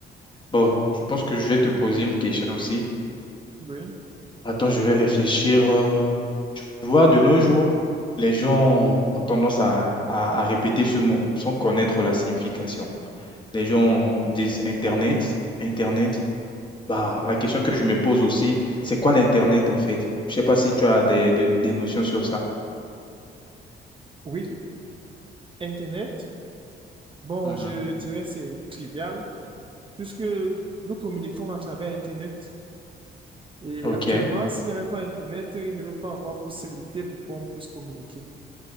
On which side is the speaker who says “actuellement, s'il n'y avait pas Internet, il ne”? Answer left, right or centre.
Right